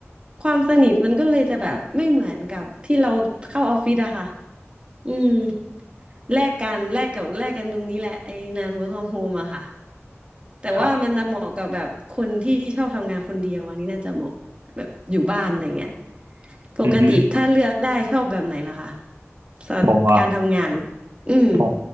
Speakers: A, on the right (about 25°); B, on the right (about 70°).
A: ความสนิทมันก็เลยจะแบบไม่เหมือนกับที่เราเข้าออฟฟิศอะค่ะอืม แลกกันแลกกับแลกกันตรงนี้แหละไอ้งาน work from home อะค่ะแต่ว่ามันจะเหมาะกับแบบคนที่ชอบทำงานคนเดียวอันนี้น่าจะเหมาะแบบอยู่บ้านอะไรเงี้ย
B: ครับ
A: ปกติถ้าเลือกได้ชอบแบบไหนล่ะคะ
B: อือฮึ
A: สำหรับการทำงาน
B: ผมว่า
A: อืม
B: ผม